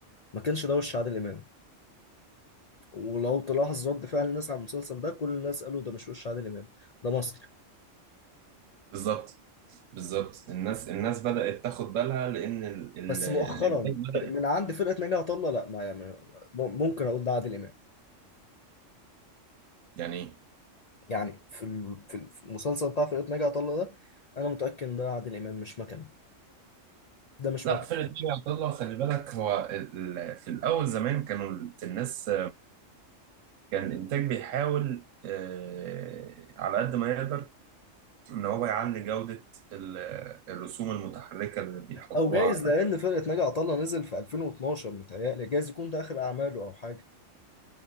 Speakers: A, on the left; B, on the right.
A: ما كانش ده وش عادل إمام ولو تلاحظ رد فعل الناس على المسلسل ده كل الناس قالوا ده مش وش عادل إمام ده مصري
B: بالظبط بالظبط الناس الناس بدأت تاخد بالها لأن ال- ال-
A: بس
B: الإنتاج
A: مؤخرا
B: بدأ
A: ب- من عند فرقة ناجي عطا الله لا ما ما- ممكن أقول ده عادل إمام
B: يعني
A: يعني في ال- في ال- في المسلسل بتاع فرقة ناجي عطا الله ده أنا متأكد إن ده عادل إمام مش مكان ده مش
B: لا
A: مكان
B: فرقة ناجي عطا الله خلي بالك هو ال- ال- في الأول زمان كانوا ال- الناس كان الإنتاج بيحاول آه، على قد ما يقدر ان هو يعلي جودة ال- الرسوم المتحركة اللي بيحطوها
A: او جايز
B: على
A: لان فرقه ناجي عطا الله نزل في 2012 متهيألي جايز يكون ده اخر اعماله او حاجه